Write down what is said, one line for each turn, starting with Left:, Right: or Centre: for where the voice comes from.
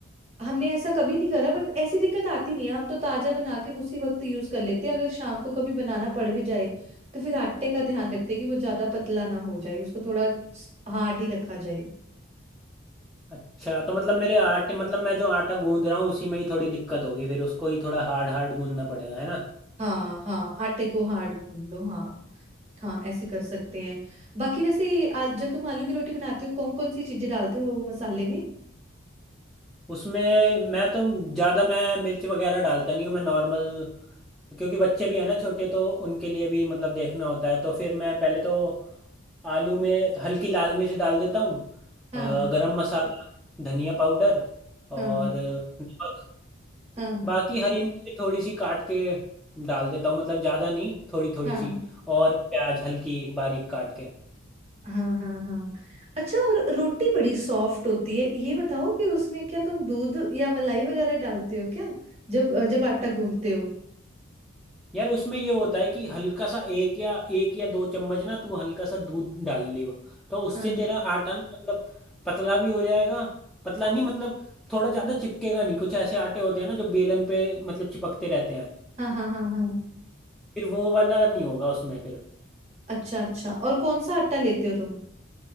Right: हमने ऐसा कभी नहीं करा बट ऐसी दिक्कत आती नहीं है हम तो ताजा बना के उसी वक्त यूज कर लेते हैं अगर शाम को कभी बनाना पड़ भी जाए तो फिर आटे का ध्यान रखते हैं कि वो ज्यादा पतला ना हो जाए उसको थोड़ा हार्ड ही रखा जाए
Centre: अच्छा तो मतलब मेरे आटे मतलब मैं जो आटा गूंद रहा हूँ उसी में ही थोड़ी दिक्कत होगी फिर उसको ही थोड़ा हार्ड हार्ड गूंदना पड़ेगा है ना
Right: हाँ हाँ आटे को हार्ड गूंद लो हाँ हाँ ऐसे कर सकते हैं बाकी वैसे आ, जब तुम आलू की रोटी बनाते हो कौन कौन सी चीजें डालते हो मसाले में
Centre: उसमें मैं तो ज़्यादा मैं मिर्च वगैरह डालता नहीं हूँ मैं नॉर्मल क्योंकि बच्चे भी हैं ना छोटे तो उनके लिए भी मतलब देखना होता है तो फिर मैं पहले तो आलू में हल्की लाल मिर्च डाल देता हूँ
Right: हाँ
Centre: अ, गरम मसाला धनिया पाउडर
Right: हाँ
Centre: और नमक
Right: हाँ
Centre: बाकी हरी मिर्च थोड़ी सी काट के डाल देता हूँ मतलब ज़्यादा नहीं थोड़ी थोड़ी
Right: हाँ
Centre: सी और प्याज हल्की बारीक काट के
Right: हाँ हाँ हाँ अच्छा और रोटी बड़ी सॉफ्ट होती है ये बताओ कि उसमें क्या तुम दूध या मलाई वगैरह डालते हो क्या जब जब आटा गूंथते हो
Centre: यार उसमें ये होता है कि हल्का सा एक या एक या दो चम्मच ना तू हल्का सा दूध डाल लियो तो उससे
Right: हाँ
Centre: तेरा आटा ना मतलब पतला भी हो जाएगा पतला नहीं मतलब थोड़ा ज्यादा चिपकेगा नहीं कुछ ऐसे आटे होते हैं ना जो बेलन पे मतलब चिपकते रहते हैं
Right: हाँ हाँ हाँ हाँ
Centre: फिर वो वाला नहीं होगा उसमें फिर
Right: अच्छा अच्छा और कौन सा आटा लेते हो तुम